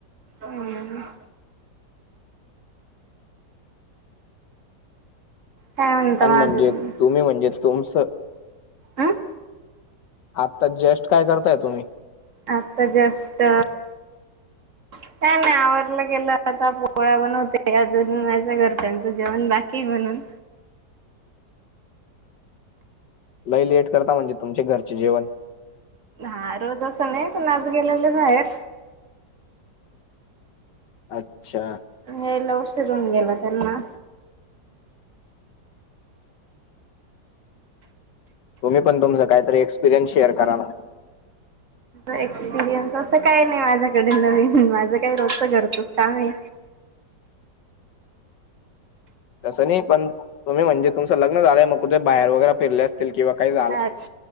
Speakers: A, on the right; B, on the left.
A: हम. काय म्हणता
B: अन
A: माझं
B: म्हणजे तुम्ही म्हणजे तुमच?
A: अं
B: आत्ता जेस्ट काय करताय तुम्ही?
A: आता जास्ट का नाही आवरलं गेलं आता पोहळा्या बनवते अजून माझ्या घरच्यांचं जेवण बाकी हाय म्हणून.
B: लई लेट करता म्हणजे तुमचे घरचे जेवण.
A: हा रोज असं नाही पण आज गेलेले बाहेर.
B: अच्छा.
A: यायला उशिर होऊन गेला त्यांना.
B: तुम्ही पण तुमचा काहीतरी एक्पिरियन्स शेअर करा ना.
A: एक्सपिरियन्स असं काही नाही माझ्याकडे नवीन. माझं काय रोजच घरचंच काम आहे.
B: तस नाही. पण तुम्ही म्हणजे तुमचं लग्न झाल मग कुठे बाहेर वगैरे फिरल्या असं - किंवा काही -
A: अच्.